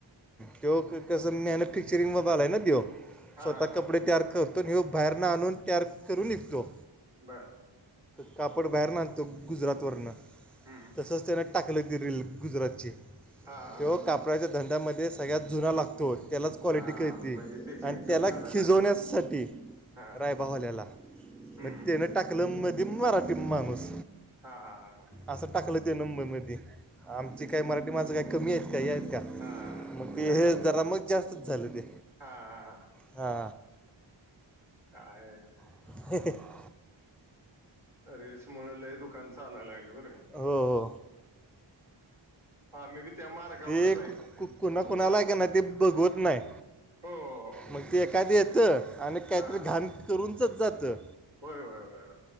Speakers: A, in the centre; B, on the right (about 80°).
A: त्यो कसं मॅन्युफॅक्चरिंग वर झाला न तो
B: हा
A: स्वतः
B: हा
A: कपडे तयार करतो यो बाहेरन आणून तयार करून विकतो.
B: बरं
A: कापड बाहेर न आणतो गुजरात वरन
B: हम्म
A: तसच त्येन टाकले त रीलील गुजरातची
B: हा हा
A: तेव्हा कापडाच्या धंद्यामध्ये सगळ्यात जुना लागतो. त्यालाच कॉलिटी
B: हा
A: कळती
B: हा. म्हणजे त्याची
A: आणि
B: इज्जत
A: त्याला
B: काढायला
A: खिजवण्यासाठी
B: लागलात हा
A: रायबावाल्याला.
B: हम्म
A: मग त्यान टाकलं म दि मराठी माणूस
B: हा हा हा हा.
A: असं टाकलं ते मुंबईमध्ये आमची
B: असं गेलंय
A: काही मराठी माणसं काही कमी आहेत का हे आहेत का.
B: हा
A: मग ते
B: हा
A: हे जरा मग जास्तच झाले तरी
B: हा हा हा
A: हा
B: काय
A: ह
B: रीलस मुळ लय दुकान चालायला लागल बरं का.
A: हो हो
B: का आम्ही बी त्या मार्गावरच
A: ते
B: आहे
A: कोणा
B: बघूयात
A: कोणाला आहे का नाही ते बघवत नाही.
B: हो हो
A: मग ते एखाद येतं. आणि काहीतरी
B: हा
A: घाण करूनचच जातं
B: होय होय होय होय